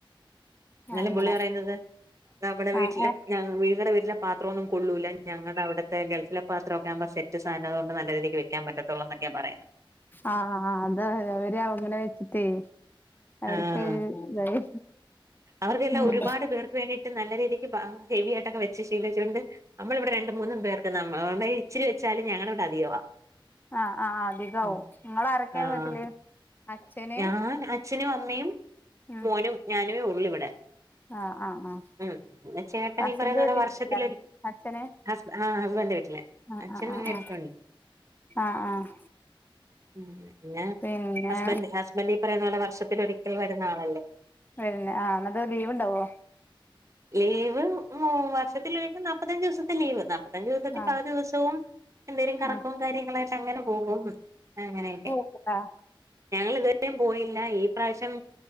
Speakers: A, on the right (about 35°); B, on the left (about 20°).
A: ന്നാലും
B: അങ്ങനെ
A: പുള്ളി പറയ്ന്നത് നമ്മടെ വീട്ട്ലും
B: ആഹ് ഏഹ്
A: ഞാ നിങ്ങടെ വീട്ടിലെ പാത്രം ഒന്നും കൊള്ളൂല്ല ഞങ്ങടെ അവടത്തെ ഗൾഫിലെ പാത്രം ഒക്കെ ആമ്പോ സെറ്റ് സാനം അതൊണ്ട് നല്ല രീതിക്ക് വ വെക്കാൻ പറ്റത്തൊള്ളു ന്നൊക്കേ പറയ്ന്ന്
B: ആഹ് അതാ അവര് അങ്ങനെ വെച്ചിട്ടേ അവർക്ക്
A: ആഹ്
B: ഇതായി
A: അവർക്കെല്ലാം
B: ഉം
A: ഒരുപാട് പേർക്ക് വേണ്ടിയിട്ട് നല്ല രീതിക്ക് ഹാ ഹെവി ആയിട്ടൊക്കെ വെച്ച് ശീലിച്ചോണ്ട് നമ്മള് ഇവിടെ രണ്ട് മൂന്നും പേർ ഇപ്പ നമ്മളെ ഇച്ചിരി വെച്ചാലും ഞങ്ങള ഇവിടെ അധികവാ
B: ആഹ് ആഹ് അധികാവും
A: ഉം
B: ങ്ങളാരൊക്കെ
A: ആഹ്
B: വീട്ടില് അച്ഛന്
A: ഞാൻ അച്ഛനും അമ്മയും
B: ഉം
A: മോനും ഞാനേ ഒള്ളൂ ഇവടെ
B: ആഹ് ആഹ് ആഹ്
A: ഉം പിന്നെ ചേട്ടന്
B: ഹസ്സിന്റെ
A: ഈ പറയുന്നപോലെ
B: വീട്ടിലല്ലേ
A: വർഷത്തിലൊരി
B: അച്ഛന്
A: ഹസ് ആഹ് ഹസ്ബന്റെ വീട്ട്ല്
B: ആഹ്
A: അച്ഛന്
B: ആഹ് ആഹ്
A: ഇലക്
B: ആഹ്
A: ട്രാണി
B: ആഹ് ആഹ്
A: ഉം ങ്ങന്നെ
B: പിന്നെ
A: ഹസ്ബന്റ് ഹസ് മല്ലി പറയുന്ന പോലെ വർഷത്തിലൊരിക്കൽ വരുന്ന ആളല്ലേ
B: ഇല്ല ആഹ് ന്നിട്ട് ലീവ്ണ്ടാവോ
A: ലീവ് വർഷത്തിലൊരിക്കെ നാപ്പത്തഞ്ച് ദിവസത്തെ ലീവ് നാപ്പ പത്തഞ്ച് ദിവസത്തി
B: ആഹ്
A: പല ദിവസവും എന്തെങ്കലും കറക്കവും
B: ആഹ്
A: കാര്യങ്ങളായിട്ട് അങ്ങനെ പോകും അങ്ങനെയൊക്കെ
B: ആഹ്
A: ഞങ്ങൾ ഇതുവരെയും പോയില്ല ഈ പ്രാവിശ്യം